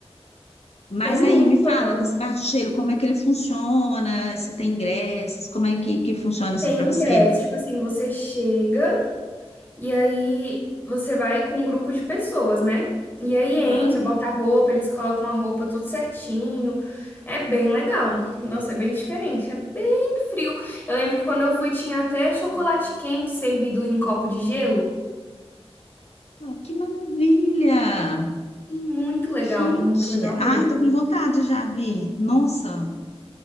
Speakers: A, on the left; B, on the left.
A: Mas
B: É muito
A: aí, me fala
B: legal.
A: desse Bar de Gelo, como é que ele funciona, se tem ingressos, como é que, que funciona assim
B: Tem
A: para
B: ingresso,
A: você?
B: tipo assim, você chega. E aí você vai com um grupo de pessoas, né? E aí
A: Aham.
B: entra, bota a roupa, eles colocam a roupa tudo certinho. É bem legal. Nossa, é bem diferente, é bem frio. Eu lembro que quando eu fui tinha até chocolate quente servido em copo de gelo.
A: Ah, que maravilha!
B: E muito legal,
A: Gente,
B: muito legal mesmo.
A: ai, tô com vontade já, Gui. Nossa,